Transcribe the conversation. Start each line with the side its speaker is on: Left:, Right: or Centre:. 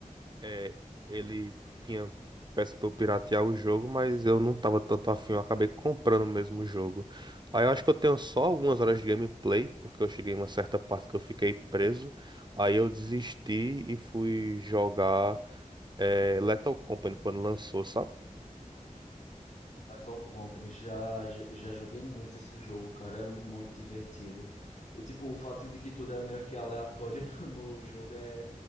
Right: É, ele tinha peça pra eu piratear o jogo, mas eu não tava tanto afim, eu acabei comprando mesmo o jogo. Aí eu acho que eu tenho só algumas horas de gameplay, porque eu cheguei em uma certa parte que eu fiquei preso. Aí eu desisti e fui jogar é, Lethal Company quando lançou, sabe?
Left: Lethal Company, já, já, já joguei muito esse jogo, cara, é muito divertido. O, tipo, o fato de que tudo é meio que aleatório <laughs> no jogo é,